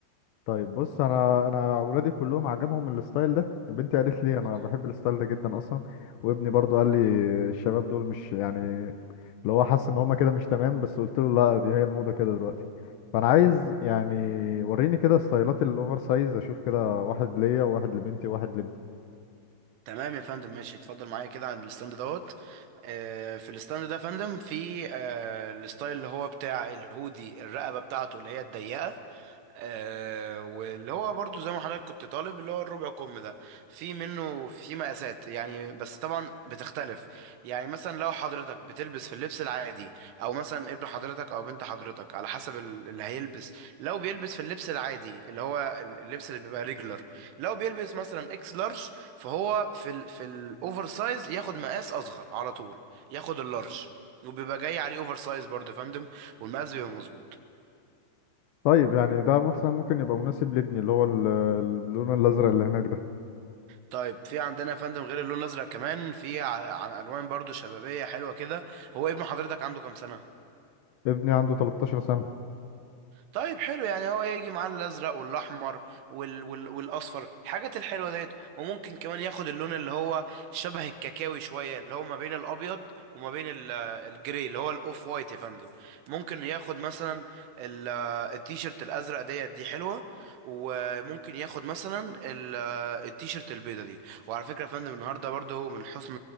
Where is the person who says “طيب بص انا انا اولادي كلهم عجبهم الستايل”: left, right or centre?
Left